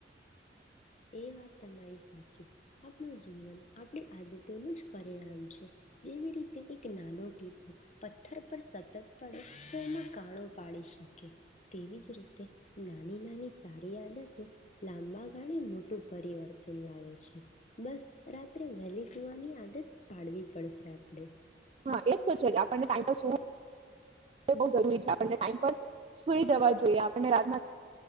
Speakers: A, on the left; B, on the right.
A: એ વાત તમારી સાચી આપણું જીવન આપણી આદતોનું જ પરિણામ છે જેવી રીતે એક નાનો ટીપો પથ્થર પર સતત પડે તો એમાં કાણો પાડી શકે તેવી જ રીતે નાની નાની સારી આદતો લાંબા ગાળે મોટું પરિવર્તન લાવે છે બસ રાત્રે વહેલી સુવાની આદત પાડવી પડશે આપડે
B: હા એજ તોું છે કે આપણને ટાઈ શું બ જરૂરી છે આપણને ટાઈમ પર સુઈ જવા જોઈએ આપણને રાત